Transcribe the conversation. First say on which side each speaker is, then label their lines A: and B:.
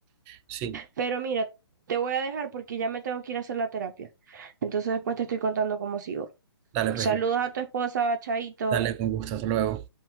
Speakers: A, on the right (about 20°); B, on the right (about 45°).
A: Sí,
B: Pero mira, te voy a dejar porque ya me tengo que ir a hacer la terapia. Entonces después te estoy contando cómo sigo.
A: dale,
B: Saludos
A: pues,
B: a tu esposa, Chaito.
A: dale con gusto, hasta luego.